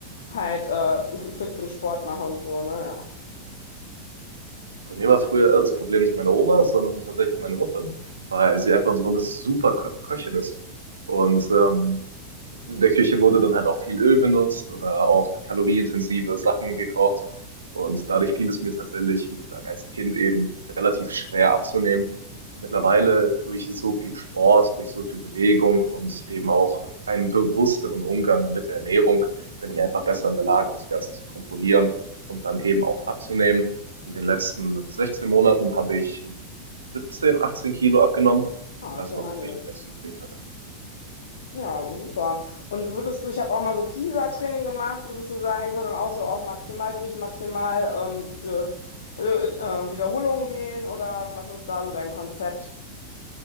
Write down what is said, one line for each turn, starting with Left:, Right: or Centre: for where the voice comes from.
Left: halt äh, fit bin, Sport mache und so, ne? Ja.
Right: Bei mir war es früher eher das Problem nicht meine Oma, sondern tatsächlich meine Mutter, weil sie einfach so eine super Kö Köchin ist. Und ähm, in der Küche wurde dann halt auch viel Öl benutzt oder auch kalorienintensive Sachen gekocht. Und dadurch fiel es mir tatsächlich, wie gesagt, als Kind eben relativ schwer abzunehmen. Mittlerweile durch so viel Sport, durch so viel Bewegung und eben auch einen bewussteren Umgang mit der Ernährung bin ich einfach besser in der Lage, das Ganze zu kontrollieren und dann eben auch abzunehmen. In den letzten 16 Monaten habe ich 17, 18 Kilo abgenommen.
Left: Ah,
Right: Also
Left: ist ja einiges.
Right: ich bin ganz zufrieden damit.
Left: Ja, super. Und würdest du, ich habe auch mal so Kieser-Training gemacht, würdest du sagen, ich soll dann auch so auf Maximalgewicht, maximal ähm, äh, äh, äh, Wiederholungen gehen oder was ist da so dein Konzept?